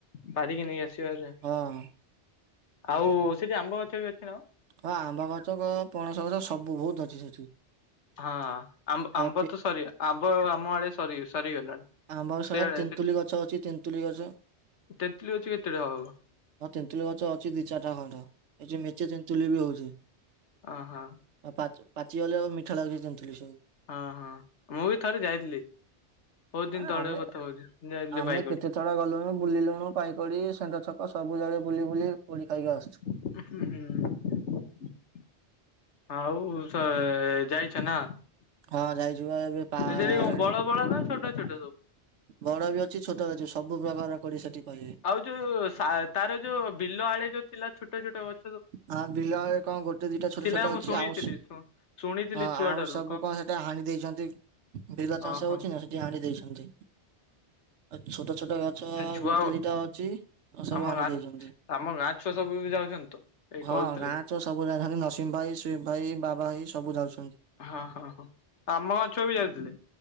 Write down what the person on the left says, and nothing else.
ପାରିକି ନେଇ ଆସିବା ହେରି ଆଉ।
ଆଉ ସେଠି ଆମ୍ବ ଗଛ ବି ଅଛି ନା କଣ?
ହଁ ଆମ୍ୱ
ଆମ୍ବ
ତ ସରି ଆମ୍ବ ଆମ ଆଡେ ସରି ସରିଗଲାଣି।
ସେଆଡେ
ସେଠି
ତେନ୍ତୁଳି ଗଛ କେତେଟା ହବ
ଓହୋ।
ହଁ ହଁ ମୁଁ ବି ଥରେ ଯାଇଥିଲି। କିଛିଦିନ
ତଳିଅ
କଥା କହୁଛି। ଯାଇଥିଲି
ବାଇକ କରି।
ହୁଁ ହୁଁ। ଆଉ ସେ ଯାଇଚ ନା?
ସେଠି କଣ ବଡ ବଡ ନା ଛୋଟ ଛୋଟ ସବୁ?
ଆଉ ଯୋଉ ସା ତାର ଯୋଉ ବିଲ ଆଡେ ଯୋଉ ଥିଲା ଛୋଟ ଛୋଟ ଗ
ଥିଲା
ମୁଁ
ଶୁଣିଥିଲି।
ଶୁଣିଥିଲି
ଛୁଆଠାରୁ
ଓହୋ
ହଁ ଛୁଆ
ଆମ
ଗାଁ
ଆମ ଗାଁ ଛୁଆ ସବୁ ବି ଯାଉଛନ୍ତି ତ। ଏଇ
କହୁଥିଲେ
ହଁ ହଁ ହଁ ଆମ ଗାଁ ଛୁଅ ବି ଯାଇଥିଲେ।